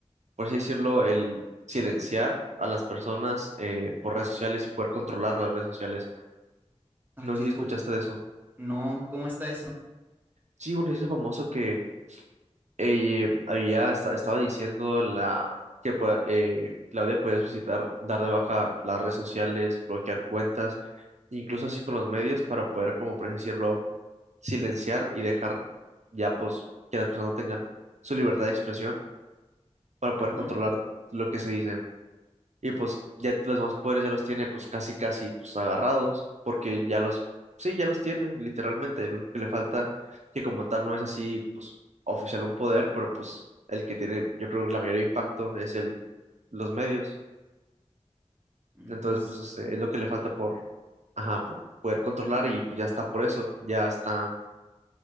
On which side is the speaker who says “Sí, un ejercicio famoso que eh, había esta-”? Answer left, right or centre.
Right